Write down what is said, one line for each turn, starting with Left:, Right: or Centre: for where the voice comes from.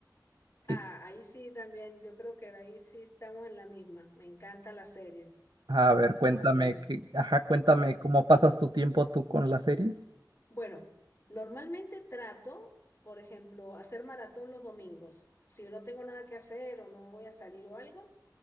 Left: Ah,
Right: Y,
Left: ahí sí también, yo creo que ahí sí estamos en la misma. Me encantan las series
Right: a ver, cuéntame,
Left: también,
Right: qué- ajá, cuéntame
Left: sí.
Right: cómo pasas tu tiempo tú con las series.
Left: Bueno, normalmente trato, por ejemplo, hacer maratón los domingos. Si no tengo nada que hacer o no voy a salir o algo,